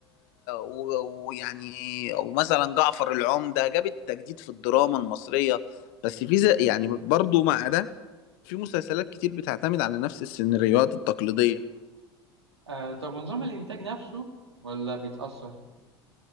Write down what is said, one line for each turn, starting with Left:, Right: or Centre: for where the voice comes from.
Left: و- ويعني ومثلا جعفر العمدة جابت تجديد في الدراما المصرية بس في زي... يعني برضه مع ده في مسلسلات كتير بتعتمد على نفس السيناريوهات التقليدية
Right: آه طب ونظام الإنتاج نفسه ولا بيتأثر؟